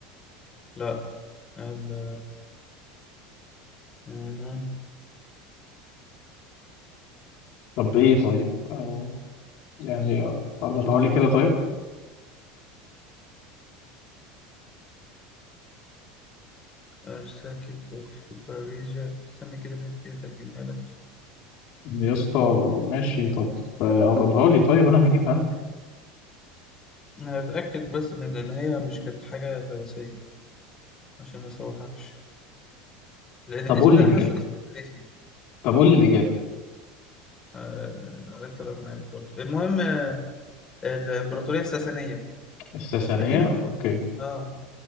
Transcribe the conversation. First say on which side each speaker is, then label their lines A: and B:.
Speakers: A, on the left (about 30°); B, on the left (about 60°).
A: لا ال- أها.
B: طب ايه طيب او يعني قربها لي كده طيب
A: Archduke of Bavaria استنى كده الحتة دي هترجمها لك
B: يا اسطى ماشي طب قربها لي طيب انا هجيبها انا
A: انا بتاكد بس ان ان هي مش كانت حاجه فارسيه عشان ما اسوحكش لان
B: طب
A: الاسم
B: قول
A: ده
B: لي
A: انا
B: الاجابه
A: حاسه اسم فارسي
B: طب قول لي الاجابه
A: آه، عليه الطلاق ما عارف برضه المهم آه، الامبراطوريه الساسانيه
B: الساسانيه
A: تقريبا
B: اوكي
A: كانت- اه